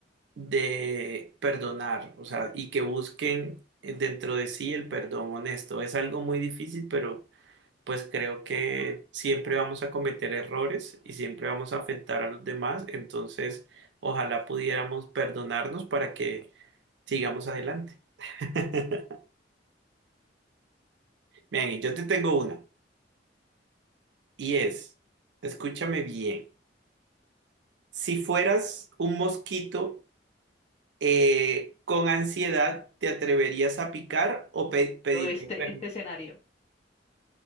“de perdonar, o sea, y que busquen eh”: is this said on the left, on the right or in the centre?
Right